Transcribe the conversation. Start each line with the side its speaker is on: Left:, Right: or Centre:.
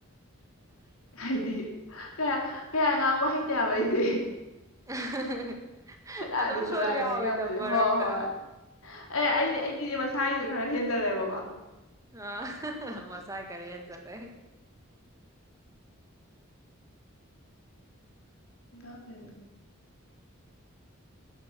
Left: ꯍꯥꯏꯗꯤ ꯀꯌꯥ ꯀꯦ ꯉꯥꯡꯕ ꯍꯩꯇꯦꯕ ꯑꯩꯗꯤ
Right: <inaudible>
Left: ꯆꯂꯥꯒ
Right: ꯑꯗꯨꯝ
Left: ꯇꯨꯔꯛꯑꯒꯅꯤ
Right: ꯁꯣꯏꯕ ꯌꯥꯎꯋꯤꯗ
Left: ꯀꯗꯗꯤ
Right: ꯃꯔꯛꯇ
Left: ꯍꯣꯏ ꯍꯣꯏ ꯑꯦ ꯑꯩ ꯑꯩꯗꯤꯗꯤ ꯃꯁꯥꯒꯤꯗꯣ ꯈꯔ ꯍꯦꯟꯖꯜꯂꯦꯕꯀꯣ
Right: ꯑꯥ ꯃꯁꯥꯥꯏ ꯈꯔꯤꯅ ꯆꯇ
Left: ꯀꯗꯕ